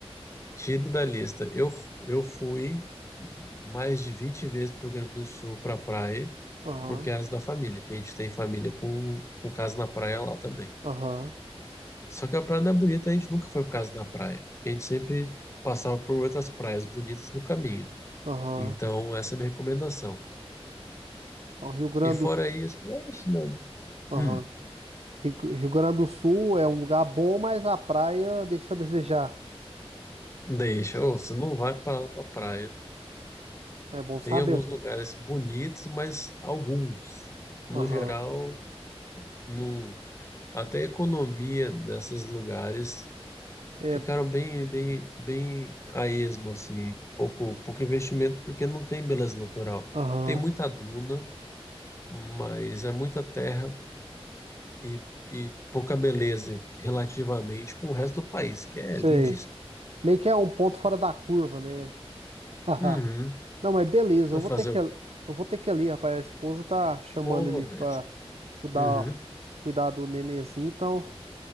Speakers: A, on the left; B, on the right.
A: Tire da lista. Eu, eu fui mais de 20 vezes para o Rio Grande do Sul para praia
B: Aham,
A: por causa da família, que a gente tem família com, com casa na praia lá também.
B: aham,
A: Só que a praia não é bonita, a gente nunca foi por causa da praia, porque a gente sempre passava por outras praias bonitas no caminho.
B: aham.
A: Então, essa é a minha recomendação.
B: Então, Rio Grande
A: E fora
B: do
A: isso, é isso mesmo.
B: Sul.
A: Hum,
B: Rio Rio Grande do Sul é um lugar bom, mas a praia deixa a desejar.
A: deixa, ô, você não vai para lá pra praia.
B: É bom saber.
A: Tem alguns lugares bonitos, mas alguns. No
B: Aham.
A: geral, não. Até a economia desses lugares
B: É,
A: Ficaram bem, bem, bem a esmo, assim, pouco, pouco investimento porque não tem beleza natural.
B: aham.
A: Tem muita duna, mas é muita terra e, e pouca beleza relativamente com o resto do país, que é
B: Sei.
A: lindíssimo.
B: Meio que é um ponto fora da curva, né? <laughs> Haha.
A: Uhum.
B: Não, mas beleza,
A: Vai
B: eu vou
A: fazer
B: ter que,
A: o
B: eu
A: quê?
B: vou ter que ir ali, rapaz. A esposa tá chamando
A: Boa,
B: ele
A: mestre.
B: pra ajudar,
A: Uhum.
B: ó, cuidar do nenenzinho, então.